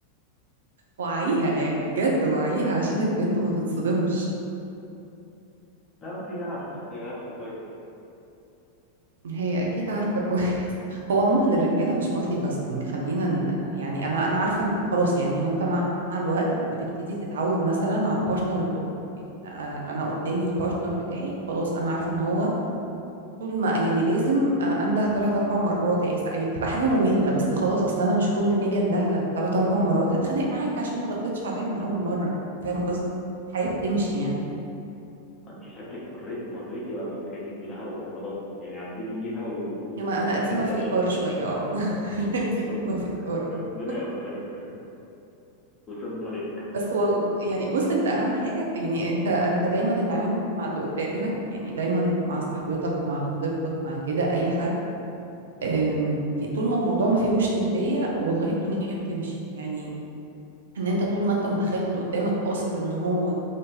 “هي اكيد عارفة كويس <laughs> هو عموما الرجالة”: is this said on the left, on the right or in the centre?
Right